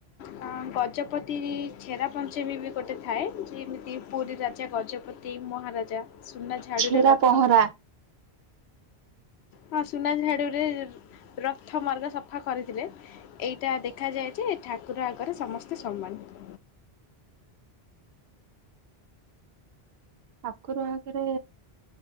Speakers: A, on the left (about 80°); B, on the right (about 70°).
A: ହଁ ଗଜପତି ଛେରା ପଞ୍ଚମୀ ବି ଗୋଟେ ଥାଏ! ଯେମିତି ପୁରୀ ରାଜା ଗଜପତି ତିମ୍ ମହାରାଜା ସୁନା ଝାଡ଼ୁରେ
B: ଛେରା
A: ରଥ
B: <inaudible> <inaudible>
A: ହଁ ସୁନା ଝାଡୁ ରେ ରଥ ମର୍ଗ ସଫା କରିଥିଲେ! ଏଇଟା ଦେଖା ଯାଏଯେ ଠାକୁର ଆଗରେ ସମସ୍ତେ ସମ୍ମାନ!
B: ଠାକୁର ଆଗରେ